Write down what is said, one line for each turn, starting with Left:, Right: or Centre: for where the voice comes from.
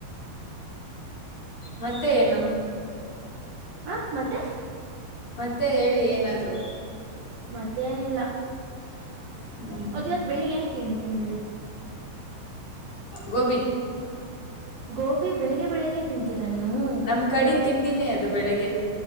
Left: ಮತ್ತೆ ಏನು?
Right: ಹ ಮತ್ತೆ
Left: ಮತ್ತೆ ಹೇಳಿ ಏನಾದ್ರು
Right: ಮತ್ತೇನಿಲ್ಲ
Left: ಹ್ಮ್
Right: ಅದ್ವತ್ ಬೆಳಿಗ್ ಏನ್ ತಿಂಡಿತಿಂದ್ರಿ
Left: ಗೋಬಿ
Right: ಗೋಬಿ ಬೆಳಿಗ್ಗೆ ಬೆಳಿಗ್ಗೆ ತಿಂತೀರಾ ನೀವು
Left: ನಮ್ ಕಡಿ ತಿಂಡಿನೇ ಅದು ಬೆಳಿಗ್ಗೆ